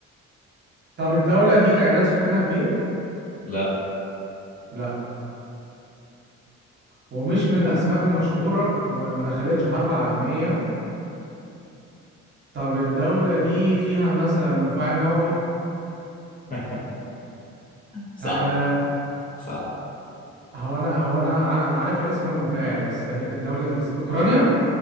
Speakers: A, on the right (about 35°); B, on the left (about 30°).
A: طب الدولة دي تعداد سكانها كبير؟
B: لا
A: لا ومش من الأسماء المشهورة وما دخلتش حرب عالمية طب الدولة دي فيها مثلا مفاعل نووي؟
B: <laughs> صح
A: آه
B: صح
A: هو أنا هو أنا ع- أنا عارف اسم المفاعل بس هي- الدولة دي كس- أوكرانيا؟